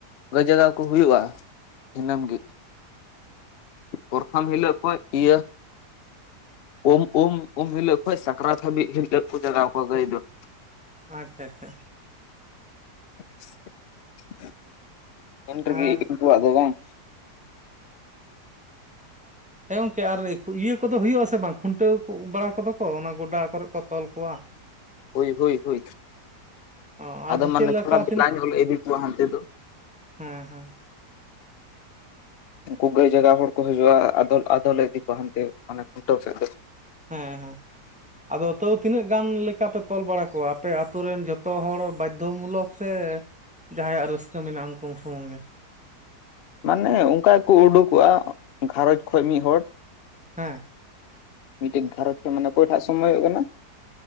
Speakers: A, on the left; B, in the centre.
A: ᱜᱟᱹᱭ ᱡᱟᱜᱟᱣ ᱠᱚ ᱦᱩᱭᱩᱜᱼᱟ ᱫᱤᱱᱟᱹᱢ ᱜᱤ ᱾ ᱯᱨᱚᱛᱷᱚᱢ ᱦᱤᱞᱳᱜ ᱠᱷᱚᱱ ᱤᱭᱟᱹ ᱩᱢ ᱩᱢ ᱩᱢ ᱦᱤᱞᱳᱜ ᱠᱷᱚᱡ ᱥᱟᱠᱨᱟᱛ ᱦᱟᱹᱵᱤᱡ ᱦᱤᱞᱳᱜ ᱠᱚ ᱡᱟᱜᱟᱣ ᱠᱚᱣᱟ ᱜᱟᱹᱭ ᱫᱚ ᱾
B: ᱟᱪᱪᱷᱟ ᱟᱪᱪᱷᱟ
A: <unintelligible>
B: ᱟᱨ
A: ᱩᱱᱠᱩᱣᱟᱜ ᱫᱚ ᱵᱟᱝ
B: ᱦᱮᱸ ᱜᱚᱝᱠᱮ ᱟᱨ ᱤᱭᱟᱹ ᱠᱚᱫᱚ ᱦᱩᱭᱩᱜᱼᱟ ᱥᱮ᱾ ᱛᱮ ᱵᱟᱝ ᱠᱷᱩᱱᱴᱟᱹᱣ ᱵᱟᱲᱟ ᱠᱚᱫᱚ ᱠᱚ ᱚᱱᱟ ᱜᱚᱰᱟ ᱠᱚᱨᱮ ᱠᱚ ᱛᱚᱞ ᱠᱚᱣᱟ ᱾
A: ᱦᱳᱭ ᱦᱳᱭ ᱦᱳᱭ
B: ᱚ
A: ᱟᱫᱚ
B: ᱪᱮᱫ
A: ᱢᱟᱱ
B: ᱞᱮᱠᱟ
A: <unintelligible>
B: ᱛᱤᱱ
A: ᱤᱫᱤ ᱠᱚᱣᱟ ᱦᱟᱱᱛᱮ ᱫᱚ ᱾
B: ᱦᱮᱸ ᱦᱮᱸ
A: ᱩᱱᱠᱩ ᱜᱟᱹᱭ ᱡᱟᱜᱟᱣ ᱦᱚᱲ ᱠᱚ ᱦᱤᱡᱩᱜᱼᱟ ᱟᱫᱚᱞ ᱟᱫᱚᱞᱮ ᱤᱫᱤ ᱠᱚᱣᱟ ᱦᱟᱱᱛᱮ ᱢᱟᱱᱮ ᱠᱷᱩᱱᱴᱟᱹᱣ ᱥᱮᱫ ᱫᱚ ᱾
B: ᱦᱮᱸ ᱦᱮᱸ ᱟᱫᱚ ᱛᱟᱹᱣ ᱛᱤᱱᱟᱹᱜ ᱜᱟᱱ ᱞᱮᱠᱟᱯᱮ ᱛᱚᱞ ᱵᱟᱲᱟ ᱠᱚᱣᱟ ᱟᱯᱮ ᱟᱛᱳ ᱨᱮᱱ ᱡᱚᱛᱚ ᱦᱚᱲ ᱵᱟᱫᱽᱫᱷᱚ ᱢᱩᱞᱚᱠ ᱥᱮ ᱡᱟᱦᱟᱸᱭᱟᱜ ᱨᱟᱹᱥᱠᱟᱹ ᱢᱮᱱᱟᱜᱼᱟ ᱩᱱᱠᱩ ᱥᱩᱢᱩᱝ ᱜᱮ
A: ᱢᱟᱱᱮ ᱚᱱᱠᱟ ᱜᱮᱠᱚ ᱩᱰᱩᱠᱚᱜᱼᱟ ᱜᱷᱟᱨᱚᱸᱡᱽ ᱠᱷᱚᱡ ᱢᱤᱫ ᱦᱚᱲᱚᱲ
B: ᱦᱮᱸ
A: ᱢᱤᱫᱴᱮᱡ ᱜᱷᱟᱨᱚᱧᱡᱽ ᱠᱷᱚᱱ ᱢᱟᱱᱮ ᱚᱠᱚᱭ ᱴᱟᱜ ᱥᱚᱢᱚᱭᱚᱜ ᱠᱟᱱᱟ